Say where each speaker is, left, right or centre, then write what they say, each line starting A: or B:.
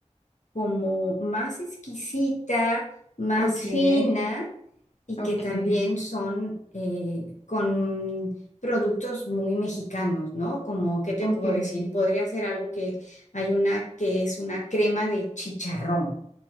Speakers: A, on the left (about 85°); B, on the left (about 55°).
A: como más exquisita, más
B: Okay,
A: fina y
B: okay,
A: que también son eh, con productos muy mexicanos, ¿no? Como, ¿qué te
B: okay,
A: puedo Ok. decir? Podría ser algo que hay una que es una crema de chicharrón